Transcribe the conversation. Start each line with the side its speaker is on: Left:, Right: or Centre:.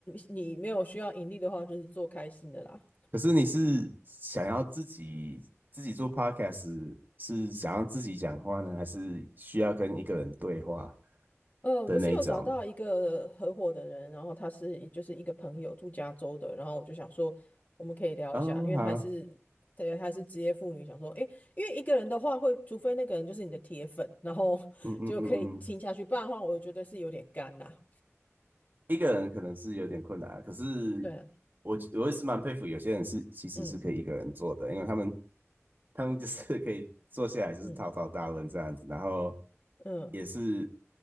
Left: 你没有需要盈利的话，就是做开心的啦。
Right: 可是你是想要自己自己做 podcast，是想要自己讲话呢，还是需要跟一个人对话
Left: 呃，
Right: 的那一种？
Left: 我是有找到一个合伙的人，然后他是一就是一个朋友住加州的，然后我就想说我们可以聊一下，
Right: 哦，
Left: 因为他也是对，
Right: 好，
Left: 他也是职业妇女，想说诶，因为一个人的话会，除非那个人就是你的铁粉，然后 <laughs>
Right: 嗯嗯嗯嗯。
Left: 就可以听下去，不然的话我觉得是有点干啦。
Right: 一个人可能是有点困难啊可是
Left: 对啊，
Right: 我我也是蛮佩服有些人是其实是可以一个人做的，
Left: 嗯
Right: 因为他们他们就是可以坐下来就是滔滔大论这样子，
Left: 嗯
Right: 然后
Left: 嗯，
Right: 也是